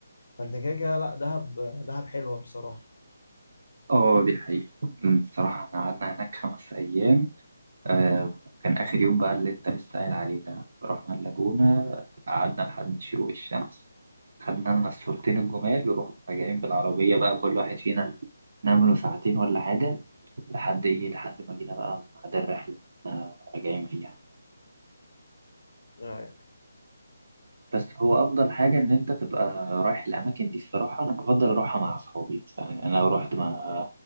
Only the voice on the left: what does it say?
فانت كده كده لا دهب دهب حلوه بصراحه
آه،